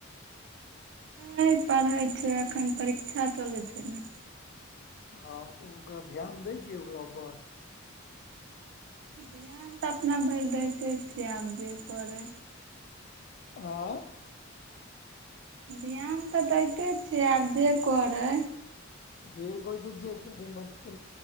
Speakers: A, on the right; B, on the left.
A: नइ पढ़ै छै एखन परीक्षा चलै छै ने
B: हँ त ओकरा ध्यान दै छियै ओकरा ऊपर
A: ध्यान त अपना भैर दैते छियै आब जे करे
B: आँ
A: ध्यान तऽ दैते छियै आब जे करै
B: यय भौजे करी मत